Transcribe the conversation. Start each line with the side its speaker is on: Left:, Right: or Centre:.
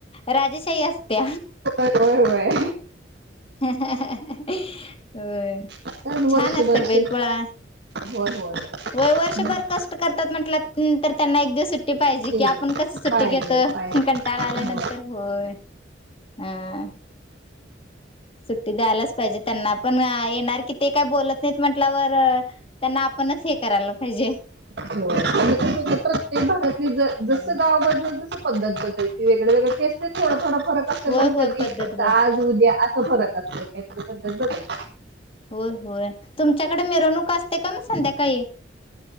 Left: राजेशाही असते
Right: हो होय वय
Left: अ <unintelligible>
Right: कारण
Left: छान
Right: वर्षभर
Left: असते
Right: शे
Left: बैलपोळा
Right: होय होय
Left: व वर्षभर
Right: होय
Left: कष्ट करतात म्हटल त्यांना एक दिवस सुट्टी पाहिजे
Right: येईल
Left: की आपण कस सुट्टी
Right: पाहिजे
Left: घेतो
Right: पाहिजे
Left: कंटाळा आल्यानंतर होय हा सुट्टी द्यायलाच पाहिजे त्यांना पण येणार कि ते काय बोलत नाहीत म्हटल्यावर त्यांना आपणच हे करायला पाहिजे
Right: हो आ <unintelligible> ते भागात
Left: ह
Right: जसं गाव बदलल तस पद्धत बदल वेगळे वगळे ते सते थोड थडं खर कसं
Left: होय
Right: पणत
Left: होय पद्धत बर
Right: आज उद्या फरक काहीतरी पद्धत बदलते
Left: होय होय तुमच्याकडे मिरवणूक असते का म संध्याकाळी